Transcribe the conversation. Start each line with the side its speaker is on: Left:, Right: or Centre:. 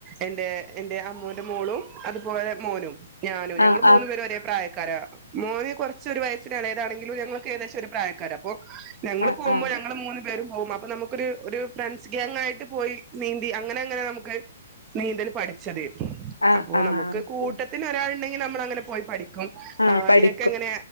Right: എന്റെ എന്റെ അമ്മോന്റെ മോളും അതുപോലെ മോനും ഞാനും
Left: ആഹ്
Right: ഞങ്ങള് മൂന്നു പേരും ഒരേ പ്രായക്കാരാ മോന് കൊർച്ചൊരു വയസിന് എളേതാണെങ്കിലും ഞങ്ങളൊക്കെ ഏകദേശം ഒരു പ്രായക്കാരാ അപ്പൊ
Left: ആഹ്
Right: ഞങ്ങള് പോമ്പോ
Left: ആഹ്
Right: ഞങ്ങള് മൂന്ന് പേരും പോവും അപ്പ നമ്മ ഒരു ഒര് ഫ്രണ്ട്സ് ഗാങ് ആയിട്ട് പോയി നീന്തി അങ്ങനെ അങ്ങനെ നമുക്ക് നീന്തൽ പഠി ച്ചത്.
Left: ആഹ്
Right: അപ്പൊ
Left: ആഹ് ആഹ്
Right: നമുക്ക്
Left: ഓക്കെ
Right: കൂട്ടത്തിന് ഒരാള്ണ്ടെങ്കി നമ്മൾ അങ്ങനെ പോയി പഠിക്കും
Left: ആ പഠി
Right: എങ്ങനെ